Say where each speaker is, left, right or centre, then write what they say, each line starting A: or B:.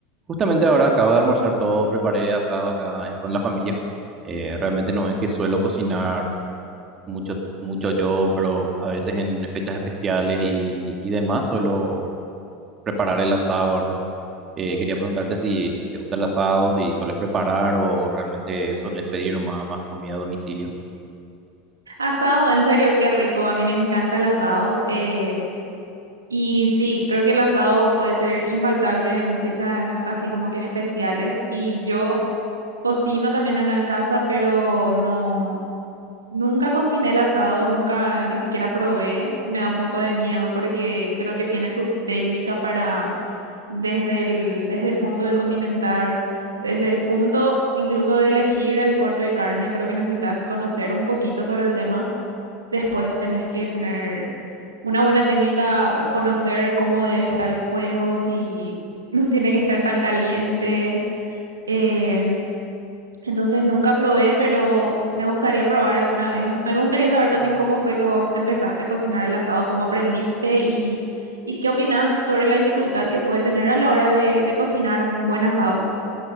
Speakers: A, on the right; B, on the right.
A: Justamente ahora acabo de almorzar todo, preparé asado acá con la familia. Eh, realmente no es que suelo cocinar mucho, mucho yo, pero a veces en fechas especiales y, y demás suelo preparar el asado, ¿verdad? Eh, quería preguntarte si te gusta el asado, si sueles preparar o realmente sueles pedir nomás más comida a domicilio.
B: Asado, en serio, qué rico. A mí me encanta el asado. eh, y sí, creo que el asado puede ser infaltable en fechas así como que especiales. Y yo cocino también acá en casa, pero no, nunca cociné el asado, nunca ni siquiera probé. Me da un poco de miedo porque creo que tiene su técnica para desde el, desde el punto de condimentar, desde el punto incluso de elegir el corte de carne. Creo que necesitas conocer un poquito sobre el tema. Después tenés que tener una buena técnica o conocer cómo debe estar el fuego, si <laughs> no tiene que ser tan caliente. Eh, entonces nunca probé, pero me gustaría probar alguna vez. A mí me gustaría saber también cómo fue que vos empezaste a cocinar el asado, cómo aprendiste y, y qué opinás sobre la dificultad que puede tener a la hora de, de cocinar un buen asado.